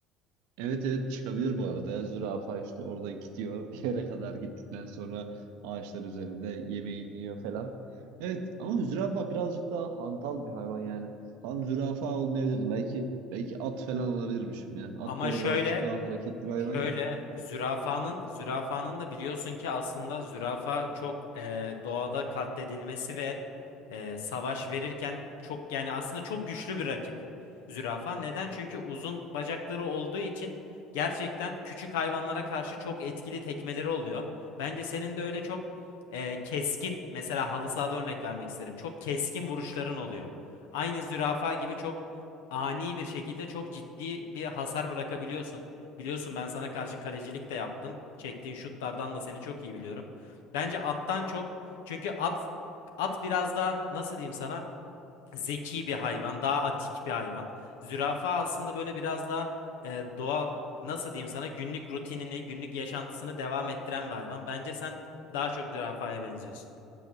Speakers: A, on the right; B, on the left.
A: Evet evet çıkabilir bu arada ya. Zürafa işte orada gidiyor. <laughs> Bir yere kadar gittikten sonra ağaçlar üzerinde yemeğini yiyor falan. Evet ama zürafa birazcık daha hantal bir hayvan yani. Tam zürafa olmayabilirdim. Belki belki at falan olabilirmişim ya. At
B: Ama
A: böyle
B: şöyle
A: birazcık daha hareketli bir hayvan
B: Şöyle
A: ya.
B: zürafanın zürafanın da biliyorsun ki aslında zürafa çok e, doğada katledilmesi ve e, savaş verirken çok yani aslında çok güçlü bir rakip zürafa. Neden? Çünkü uzun bacakları olduğu için gerçekten küçük hayvanlara karşı çok etkili tekmeleri oluyor. Bence senin de öyle çok e, keskin mesela halı sahada örnek vermek isterim. Çok keskin vuruşların oluyor. Aynı zürafa gibi çok ani bir şekilde çok ciddi bir hasar bırakabiliyorsun. Biliyorsun ben sana karşı kalecilik de yaptım. Çektiğin şutlardan da seni çok iyi biliyorum. Bence attan çok. Çünkü at at biraz daha nasıl diyeyim sana zeki bir hayvan, daha atik bir hayvan. Zürafa aslında böyle biraz daha e, doğal nasıl diyeyim sana günlük rutinini, günlük yaşantısını devam ettiren bir hayvan. Bence sen daha çok zürafaya benziyorsun.